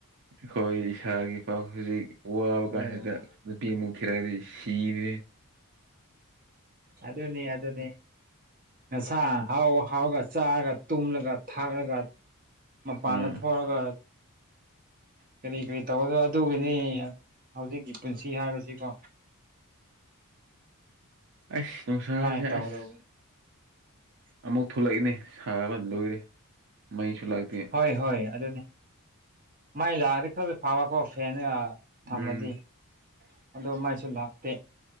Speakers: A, on the right; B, on the right.
A: ꯑꯩꯈꯣꯏ ꯏꯁꯥꯒꯤ ꯐꯥꯎ ꯍꯧꯖꯤꯛ ꯋꯥꯕ
B: ꯍꯣꯏ
A: ꯀꯥꯟꯁꯤꯗ
B: ꯍꯣꯏ
A: ꯅꯨꯄꯤꯃꯨꯛ ꯊꯤꯔꯛꯑꯗꯤ ꯁꯤꯔ‌ꯦꯍ‌ꯦ
B: ꯑꯗꯨꯅꯦ ꯑꯗꯨꯅꯦ ꯅꯁꯥ ꯍꯥꯎ ꯍꯥꯎꯒ ꯆꯥꯔꯒ ꯇꯨꯝꯂꯒ ꯊꯥꯛꯂꯒ ꯃꯄꯥꯟꯗ
A: ꯎꯝ
B: ꯊꯣꯛꯑꯒ ꯀꯔꯤ ꯀꯔꯤ ꯇꯧꯔꯒ ꯑꯗꯨꯒꯤꯅꯤ ꯍꯧꯖꯤꯛꯀꯤ ꯄꯨꯟꯁꯤ ꯍꯥꯏꯕꯁꯤꯀꯣ
A: ꯑꯩꯁ ꯅꯨꯡꯁꯥꯁꯦ
B: ꯁꯨꯃꯥꯏꯅ ꯇꯧꯒꯗꯧꯕꯅꯤ
A: ꯑꯁ ꯑꯃꯨꯛ ꯊꯣꯛꯂꯛꯏꯅꯦ ꯁꯥꯕ ꯂꯣꯏꯔꯦ ꯃꯩꯁꯨ ꯂꯥꯛꯇꯦ
B: ꯍꯣꯏ ꯍꯣꯏ ꯑꯗꯨꯅꯤ ꯃꯩ ꯂꯥꯛꯑꯗꯤ ꯈꯔꯗꯤ ꯐꯥꯕꯀꯣ ꯐꯦꯟꯅ‌ꯦ ꯊꯝꯃꯗꯤ
A: ꯎꯝ
B: ꯑꯗꯣ ꯃꯩꯁꯨ ꯂꯥꯛꯇꯦ